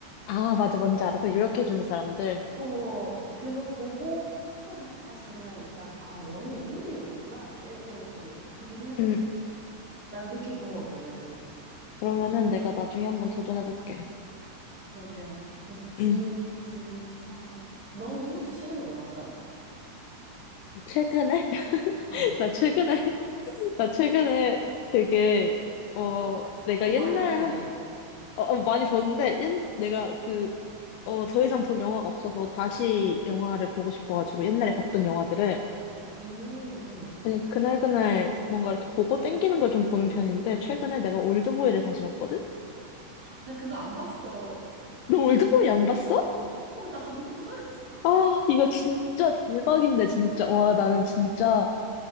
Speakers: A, on the left (about 80°); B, on the right (about 25°).
A: 아, 맞아, 뭔지 알아. 그 요약해주는 사람들.
B: 어, 그거 보고 투 다- 다시 보면 일단 아, 원이 이런 내용이었구나. 이렇게 좀 그렇게 생각할
A: 음,
B: 수 있었어. 나는 그렇게 보고 왔거든.
A: 그러면은 내가 나중에 한번 도전해볼게.
B: 그래. 그래서 준,
A: 음.
B: 준도 추천하고. 너는 혹시 최근에 뭐 봤어?
A: 최근에? <laughs>
B: 아,
A: 나 최근에, <laughs> 나 최근에 되게, 어, 내가
B: 뭐
A: 옛날
B: 많이 봤다며.
A: 한, 어, 어, 많이 봤는데, 옛, 내가 그, 어, 더 이상 볼 영화가 없어서 다시 영화를 보고 싶어가지고, 옛날에 봤던 영화들을,
B: 음, 음.
A: 그냥 그날그날 뭔가 이렇게 보고 땡기는 걸 좀 보는 편인데, 최근에 내가 올드보이를 다시 봤거든?
B: 나 그거 안 봤어.
A: 너 올드보이 안 봤어?
B: 어, 나 안 <laughs> 봤어.
A: 아, 이거 진짜 대박인데, 진짜. 와, 나는 진짜.